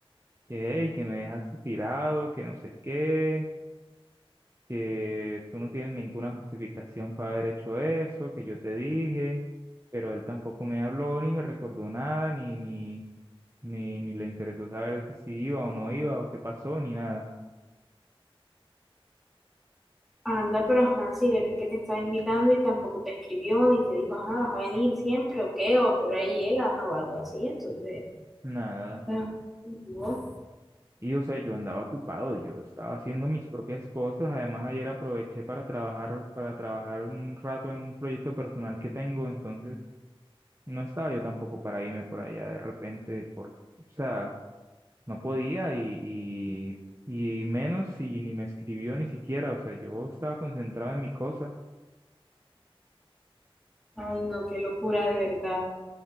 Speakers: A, on the right; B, in the centre.
A: que, "Ey, que me dejaste tirado, que no sé qué, que tú no tienes ninguna justificación para haber hecho eso, que yo te dije, pero él tampoco me habló, ni me recordó nada, ni, ni, ni, ni le interesó saber si sí iba o no iba, o qué pasó, ni nada,
B: Anda, pero ajá, si él era el que te estaba invitando y tampoco te escribió ni te dijo, ajá, vas a venir siempre o qué, o que hora llega o algo así, entonces,
A: nada.
B: ah, no.
A: Y o sea, yo andaba ocupado, yo estaba haciendo mis propias cosas, además ayer aproveché para trabajar, para trabajar un rato en un proyecto personal que tengo, entonces no estaba yo tampoco para irme por allá de repente, por, o sea, No podía y, y, y menos si ni me escribió ni siquiera, o sea, yo estaba concentrado en mi cosa.
B: ay no, qué locura de verdad.